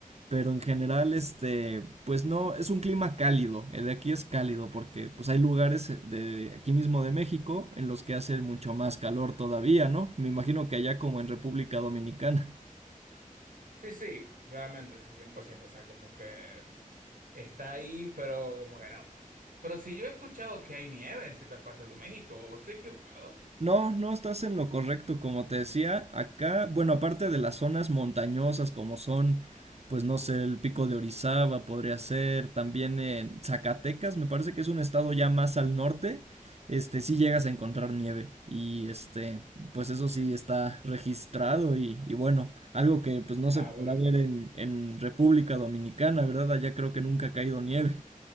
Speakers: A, on the right; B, on the right.
A: pero en general, este, pues no, es un clima cálido. El de aquí es cálido porque pues hay lugares de aquí mismo de México en los que hace mucho más calor todavía, ¿no? Me imagino que allá como en República Dominicana.
B: Sí, sí, realmente, sí, 100%, o sea, como que está ahí, pero como que no. Pero si yo he escuchado que hay nieve en ciertas partes de México, ¿o estoy equivocado?
A: No, no estás en lo correcto, como te decía, acá, bueno, aparte de las zonas montañosas como son, pues no sé, el Pico de Orizaba podría ser, también en Zacatecas, me parece que es un estado ya más al norte, este, sí llegas a encontrar nieve y este, pues eso sí está registrado y, y bueno, algo que pues no se
B: Ah,
A: podrá
B: bueno,
A: ver en, en República Dominicana, ¿verdad? Allá creo que nunca ha caído nieve.